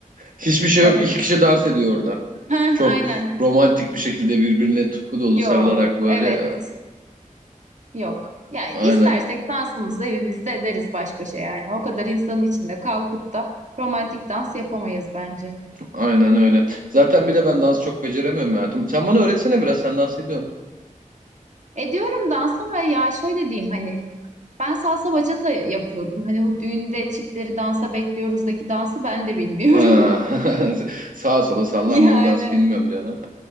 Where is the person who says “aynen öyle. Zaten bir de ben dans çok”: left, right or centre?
Right